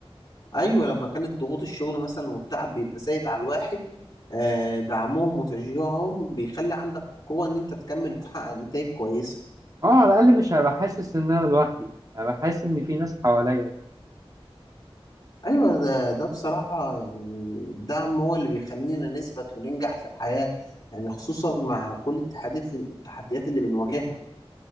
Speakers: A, on the left (about 40°); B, on the right (about 35°).
A: ايوه لما كانت ضغوط الشغل مثلا والتعب بيبقى زايد على الواحد آه، دعمهم وتشجيعهم بيخلي عندك قوة ان انت تكمل وتحقق نتائج كويسة
B: اه على الأقل مش هبقى حاسس إن أنا لوحدي هبقى حاسس إن في ناس حواليا
A: ايوه ده ده بصراحه يعني الدعم هو اللي بيخلينا نثبت وننجح في الحياه يعني خصوصا مع كل التحديات التحديات اللي بنواجهها